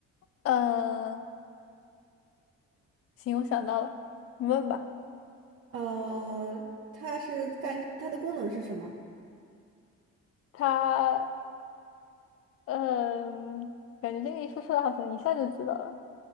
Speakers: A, on the left; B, on the right.
A: 呃，行，我想到了，你问吧。
B: 呃，它是干，它的功能是什么？
A: 它，嗯、感觉这个一说出来好像一下就知道了。